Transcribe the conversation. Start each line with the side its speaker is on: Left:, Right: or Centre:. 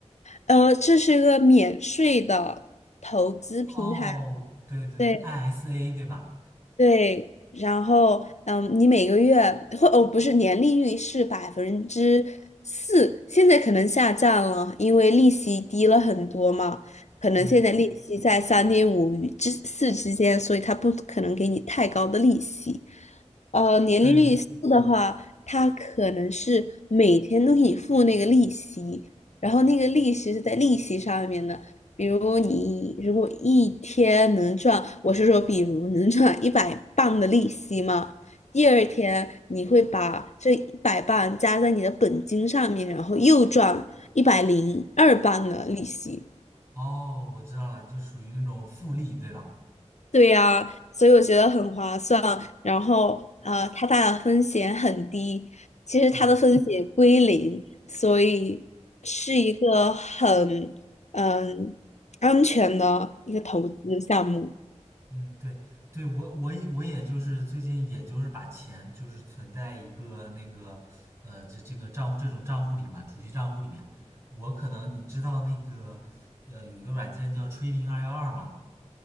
Left: 呃，这是一个免税的投资平台。
Right: 哦，对对对，ISA
Left: 对。
Right: 对吧？
Left: 对，然后嗯，你每个月或哦不是年利率是百分之四，现在可能下降了，因为利息低了很多嘛，可能现在利息在三点五与之四之间，
Right: 嗯，
Left: 所以他不可能给你太高的利息。呃，年利率四的话，
Right: 对，
Left: 它可能是每天都给你付那个利息，然后那个利息是在利息上面的。比如你如果一天能赚，我是说，比如能赚一百磅的利息嘛，第二天你会把这一百磅加在你的本金上面，然后又赚一百零二磅的利息。
Right: 哦，我知道了，就属于那种复利对吧？
Left: 对呀，所以我觉得很划算。然后，呃，它大的风险很低，其实它的风险归零，
Right: 嗯
Left: 所以是一个很嗯安全的一个投资项目。
Right: 嗯，对对，我我我也就是最近也就是把钱就是存在一个那个呃这这个账这种账户里嘛，储蓄账户里面。我可能你知道那个呃有一个软件叫 Trading 二幺二嘛。